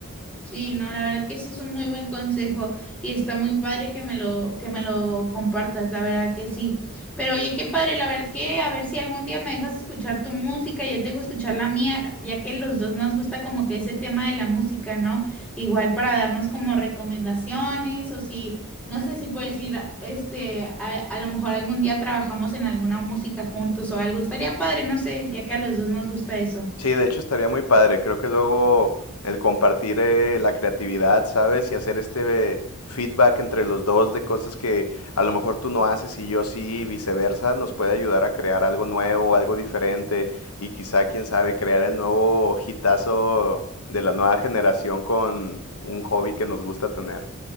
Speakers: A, in the centre; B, on the left.
A: Sí, no, la verdad que sí es un muy buen consejo y está muy padre que me lo, que me lo compartas, la verdad que sí. Pero oye, qué padre, la verdad que a ver si algún día me dejas escuchar tu música y yo te dejo escuchar la mía, ya que los dos nos gusta como que ese tema de la música, ¿no? Igual para darnos como recomendaciones o si, no sé si puedes ir, este, a, a lo mejor algún día trabajamos en alguna música juntos o algo, estaría padre, no sé, ya que a los dos nos gusta eso.
B: Sí, de hecho estaría muy padre. Creo que luego el compartir eh, la creatividad, ¿sabes? Y hacer este feedback entre los dos de cosas que a lo mejor tú no haces y yo sí, y viceversa, nos puede ayudar a crear algo nuevo, algo diferente y quizá, quién sabe, crear el nuevo hitazo de la nueva generación con un hobby que nos gusta tener.